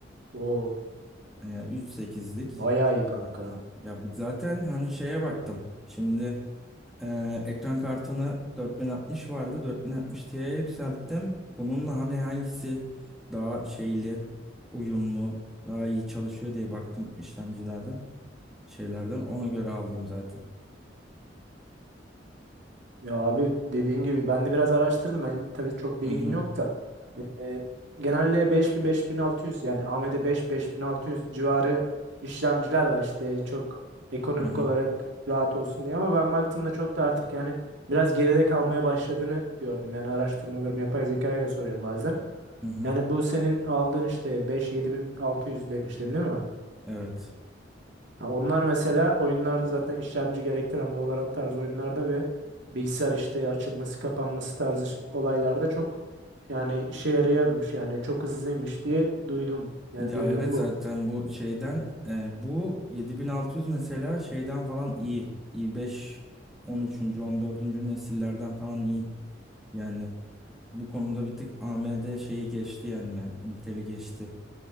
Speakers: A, on the right; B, in the centre.
A: Oo,
B: Yani 3.8'lik
A: bayağı
B: şey
A: iyi kanka.
B: yaptım. Ya bu- zaten hani şeye baktım. Şimdi Ee, ekran kartını 4060 vardı. 4060 Ti'ye yükselttim. Bununla hani hangisi daha şeyli, uyumlu, daha iyi çalışıyor diye baktım işlemcilerden, şeylerden. Ona göre aldım zaten.
A: Ya abi dediğin gibi ben de biraz araştırdım. Hani tabii çok bilgim
B: Hı hı.
A: yok da. E, genelde beş bin beş bin altı yüz yani beş beş bin altı yüz civarı işlemciler var işte çok ekonomik
B: Hı hı.
A: olarak rahat olsun diye ama ben baktığımda çok da artık yani biraz geride kalmaya başladığını gördüm. Yani araştırmalarımı yapay zekaya da soruyorum bazen.
B: Hı hı.
A: Yani bu senin aldığın işte beş yedi bin altı yüz demiştin değil mi?
B: Evet.
A: Ha, onlar mesela oyunlarda zaten işlemci gerektiren Valorant tarzı oyunlarda ve bilgisayar işte açılması kapanması tarzı ş- olaylarda çok yani işe yarıyormuş yani çok hızlıymış diye duydum. Yani
B: Ya
A: duyduğum
B: evet zaten
A: bu.
B: bu şeyden e, bu 7600 mesela şeyden falan iyi. i5 13. 14. nesillerden falan iyi. Yani bu konuda bir tık AMD şeyi geçti yani ya. Intel'i geçti.